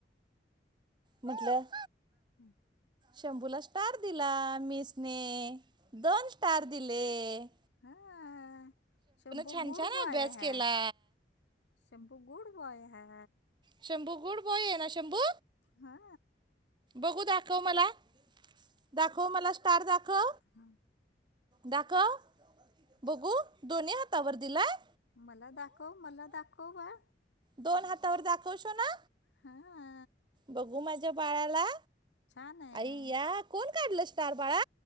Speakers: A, on the right; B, on the left.
A: म्हटलं.
B: <inaudible>
A: शंभूला स्टार दिला मिसने दोन स्टार दिले ए.
B: हा शंभू
A: छान
B: गुड
A: छान
B: बॉय
A: अभ्यास केला
B: है. शम्पू गुड बॉय है.
A: शंभू गुड बॉय येना शंभू?
B: हा
A: बघू दाखव मला. दाखव मला स्टार दाखव
B: हा.
A: दाखवा बघू दोन्ही हातावर दिलाय?
B: मला दाखव मला दाखव बाळ.
A: दोन हातावर दाखव शोना.
B: हा.
A: बघू माझ्या बाळाला,
B: छान आहे
A: ऐय्या कोण काढलं स्टार बाळा?